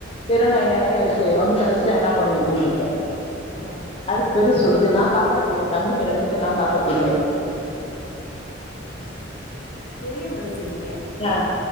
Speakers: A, on the left; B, on the left.
A: தெருநாய் நெறைய இருக்கு வந்து கடிச்சிட்டா என்ன பண்ணுவீங்கன் கேட்டே
B: ஆ
A: அதுக்கு பெருசு சொல்லுது நா காப்பாத்திருவே தம்பிங்க ரெண்டு பேத்தயு நா காப்பாத்திடுவே.
B: பெரிய மனசெங்க
A: யா